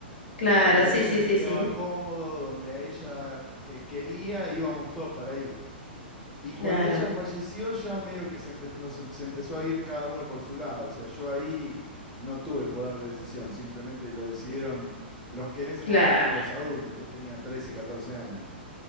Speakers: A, on the left; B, in the centre.
A: claro,
B: Donde
A: sí,
B: a ella
A: sí,
B: le
A: sí,
B: quedaba
A: sí,
B: cómodo, donde a ella eh, quería, íbamos todos para ahí. Y
A: claro.
B: cuando ella falleció, ya medio que se, empe- nos em- se empezó a ir cada uno por su lado. O sea, yo ahí no tuve poder de decisión, simplemente lo decidieron los que en ese
A: Claro,
B: momento eran los adultos. Yo tenía 13, 14 años.